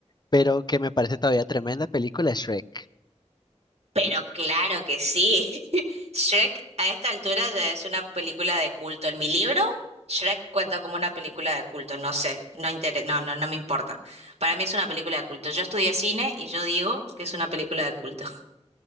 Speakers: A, on the left (about 40°); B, on the right (about 65°).
A: pero que me parece todavía tremenda película es Shrek.
B: Pero claro que sí. <laughs> Shrek a esta altura ya es una película de culto. En mi libro, Shrek cuenta como una película de culto. No sé, no intere- no, no, no me importa. Para mí es una película de culto. Yo estudié cine y yo digo que es una película de culto. <laughs>